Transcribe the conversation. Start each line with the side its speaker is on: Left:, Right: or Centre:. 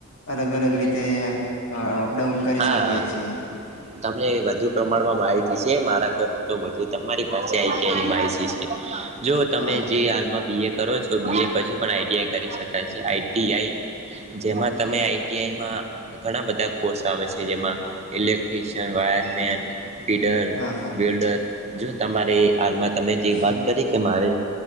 Left: અલગ અલગ રીતે અપડાઉન કરી
Right: હા
Left: શકીએ છીએ.
Right: તમને વધુ પ્રમાણમાં માહિતી છે મારા કર તો વધુ તમારી પાસે આવી એની માહિતી છે. જો તમે
Left: હા
Right: જે હાલમાં બી એ કરો છો. તો બી એ પછી પણ આઈટીઆઈ કરી શકાય છે આઈટીઆઈ જેમાં તમે
Left: હા
Right: આઈટીઆઈમાં ઘણા બધા કોર્સ આવે છે જેમાં ઇલેક્ટ્રશયન વાયરમેન પડરડર
Left: હા હા
Right: જો તમારે હાલમાં તમે જે
Left: હમ
Right: વાત કરી કે મારે